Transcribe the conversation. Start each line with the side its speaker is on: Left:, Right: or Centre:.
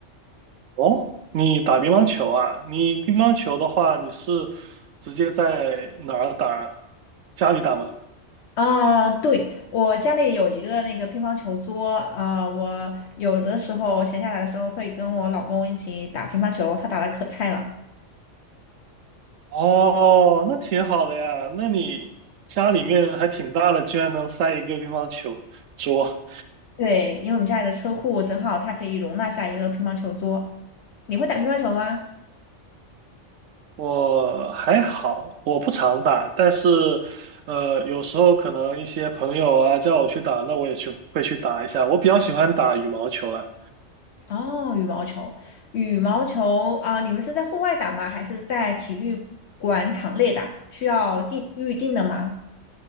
Right: 哦，你打乒乓球啊？你乒乓球的话，你是直接在哪儿打？家里打吗？
Left: 啊、对，我家里有一个那个乒乓球桌，啊、我有的时候闲下来的时候会跟我老公一起打乒乓球，他打的可菜了。
Right: 哦，那挺好的呀。那你家里面还挺大的，居然能塞一个乒乓球桌。
Left: 对，因为我们家里的车库正好它可以容纳下一个乒乓球桌。你会打乒乓球吗？
Right: 我还好，我不常打，但是，呃，有时候可能一些朋友啊叫我去打，那我也去会去打一下。我比较喜欢打羽毛球啦。
Left: 哦，羽毛球，羽毛球啊，你们是在户外打吗？还是在体育馆场内打？需要定预定的吗？